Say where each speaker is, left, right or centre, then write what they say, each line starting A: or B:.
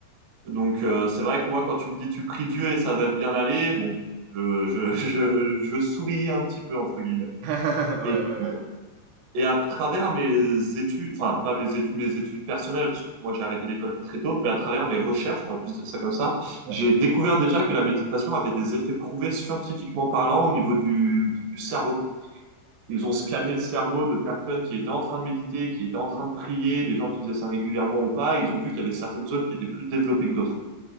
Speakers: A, on the right; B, on the right.
A: Donc euh, c'est vrai que moi, quand tu me dis tu pries Dieu et ça va bien aller, bon, je, je, <laughs> je, je souris un petit peu, entre guillemets.
B: <laughs> Ouais, ouais,
A: Et, du coup-
B: ouais.
A: et à travers mes études, enfin pas mes études, mes études personnelles, parce que moi j'ai arrêté l'école très tôt, mais à travers mes recherches, on va plus dire ça comme ça,
B: Ouais.
A: j'ai découvert déjà que la méditation avait des effets prouvés scientifiquement parlant au niveau du, du cerveau. Ils ont scanné le cerveau de personnes qui étaient en train de méditer, qui étaient en train de prier, des gens qui faisaient ça régulièrement ou pas, et ils ont vu qu'il y avait certaines zones qui étaient plus développées que d'autres.